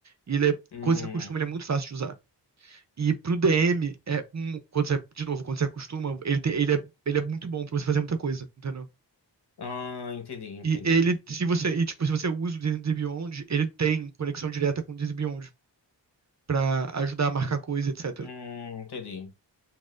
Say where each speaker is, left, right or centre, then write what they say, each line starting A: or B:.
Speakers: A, on the right (about 40°); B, on the left (about 65°).
A: E ele é,
B: Hum.
A: quando você se acostuma, ele é muito fácil de usar. E pro DM, é um- quando você, de novo, quando você acostuma, ele, tem- ele, é, ele é muito bom pra você fazer muita coisa, entendeu?
B: Ah, entendi, entendi.
A: E ele, se você, e, tipo, se você usa o D&D Beyond, ele tem conexão direta com o D&D Beyond pra ajudar a marcar coisa, etc.
B: Hum, entendi.